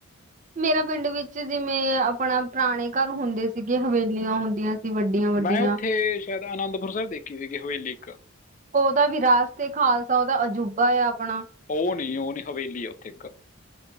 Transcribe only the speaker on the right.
ਮੇਰਾ ਪਿੰਡ ਵਿੱਚ ਜਿਵੇਂ ਆਪਣਾ ਪੁਰਾਣੇ ਘਰ ਹੁੰਦੇ ਸੀਗੇ, ਹਵੇਲੀਆਂ ਹੁੰਦੀਆਂ ਸੀ ਵੱਡੀਆਂ ਵੱਡੀਆਂ
ਉਹਦਾ ਵੀ ਰਾਜ ਤੇ ਖਾਲਸਾ ਉਹਦਾ ਅਜੂਬਾ ਆ ਆਪਣਾ।